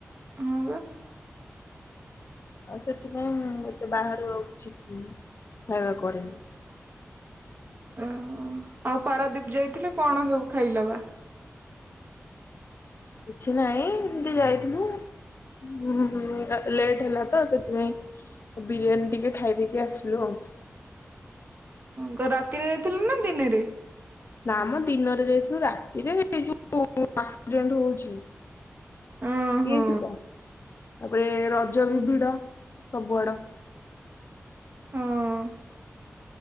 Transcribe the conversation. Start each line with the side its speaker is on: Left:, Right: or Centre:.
Right: ହଁ ପା।
Left: ଆଉ ସେଥିପାଇଁ ମୁଁ ଏତେ ବାହାରୁ ଆଉ ଆଛି ଖାଇବା କରେନି।
Right: ଉଁ ଆଉ ପାରାଦୀପ ଯାଇଥିଲେ କଣ ସବୁ ଖାଇଲବା?
Left: କିଛି ନାଇଁ ଏମିତି ଯାଇଥିଲୁ ଆଉ। ହୁଁ ହୁଁ ଲେଟ୍ ହେଲା ତ ସେଥିପାଇଁ। ବିରିୟାନୀ ଟିକେ ଖାଇଦେଇକି ଆସିଲୁ ଆଉ।
Right: ହଁ ରାତିରେ ଯାଇଥିଲେ ନା ଦିନେରେ?
Left: ନା ଆମ ଦିନରେ ଯାଇଥିଲୁ ରାତିରେ ଏଇ ଯୋଉ ଆକ୍ସିଡେଣ୍ଟ ହୋଉଛି। କିଏ
Right: ହଁ ହଁ
Left: ଯିବ ତାପରେ ରଜ
Right: ହଁ
Left: ବି ଭିଡ ସବୁଆଡ।
Right: ହଁ।